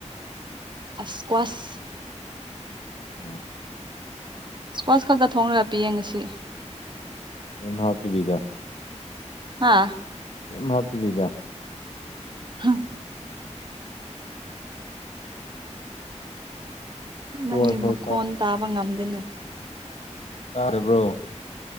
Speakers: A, on the right; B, on the left.
A: ꯐꯥꯁꯀꯋꯥꯁ
B: ꯎꯝ
A: ꯏꯁꯀ꯭ꯋꯥꯆ ꯈꯛꯇ ꯊꯣꯡꯉꯒ ꯄꯤ ꯌꯦꯡꯉꯁꯤ
B: ꯑꯦ ꯍꯥꯕꯗꯨꯕꯤꯗꯥ
A: ꯍꯥꯥ
B: ꯀ ꯍꯥꯞ ꯇꯕꯤꯗ
A: ꯍꯥ
B: ꯀꯣꯁ
A: ꯅꯪꯒꯤ
B: ꯈꯛ
A: ꯃꯈꯣꯟ ꯇꯥꯕ ꯉꯝꯗꯦꯅꯦ
B: ꯇꯥꯗꯕ꯭ꯔꯣ